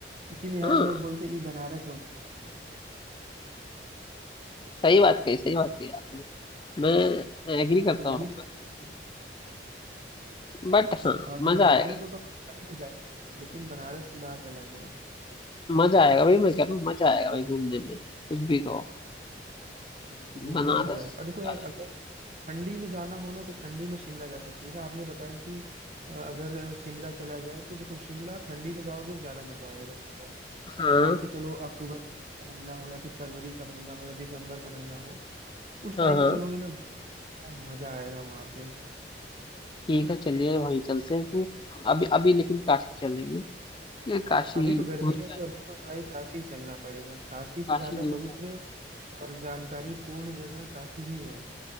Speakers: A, on the right; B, on the left.
A: इसीलिए यहाँ
B: हाँ
A: के लोग बोलते हैं, ई बनारस हो
B: सही बात कही सही बात कही आपने मैं एग्री
A: गया।" हाँ
B: करता
A: तो वही
B: हूँ आपकी
A: चीज
B: बात से
A: हाँ।
B: बट हाँ
A: और देखो
B: मजा
A: जाने
B: आएगा
A: को तो आप कहीं भी जा सकते हैं लेकिन बनारस की बात अलग है
B: मजा आएगा भाई मैं कह रहा हूँ मजा आएगा भाई घूमने में कुछ भी कहो
A: हाँ, घूमने
B: बनारस
A: में मजा है और देखो यार
B: काशी
A: अगर ठंडी में जाना हो ना तो ठंडी में शिमला जा सकते हैं जैसे आपने बताया कि अ, अगर शिमला चला जाए तो देखो शिमला ठंडी में जाओगे तो ज्यादा मजा आएगा
B: हाँ
A: मान के चलो अक्टूबर का महीना हो या फिर फरवरी का महीना हो या दिसंबर का महीना हो उस
B: हाँ
A: टाइम
B: हाँ
A: पे चलोगे ना क्या मजा आएगा वहां पे
B: ठीक है चलिए वहीं चलते हैं फिर अभी अभी लेकिन काशी चलेंगे ये काशी
A: अभी तो गर्मी
B: नहीं जाते
A: है तो अभी तो भाई काशी ही चलना पड़ेगा काशी से
B: काशी
A: ज्यादा
B: नहीं
A: पवित्र
B: जाते
A: और जानकारी पूर्ण जगह काशी ही है